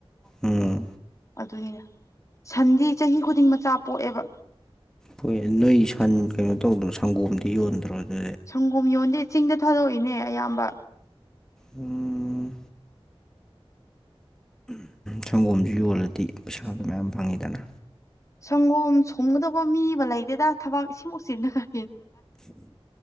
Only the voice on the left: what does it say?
ꯑꯗꯨꯒꯤꯅꯦ ꯁꯟꯗꯤ ꯆꯍꯤ ꯈꯨꯗꯤꯡ ꯃꯆꯥ ꯄꯣꯛꯑꯦꯕ
ꯁꯪꯒꯣꯝ ꯌꯣꯟꯗꯦ ꯆꯤꯡꯗ ꯊꯥꯗꯣꯛꯏꯅꯦ ꯑꯌꯥꯝꯕ
ꯁꯪꯒꯣꯝ ꯁꯨꯝꯒꯗꯧꯕ ꯃꯤꯕ ꯂꯩꯇꯦꯗ ꯊꯕꯛ ꯏꯁꯤꯡꯐꯥꯎ ꯆꯤꯟꯅꯒ꯭ꯔ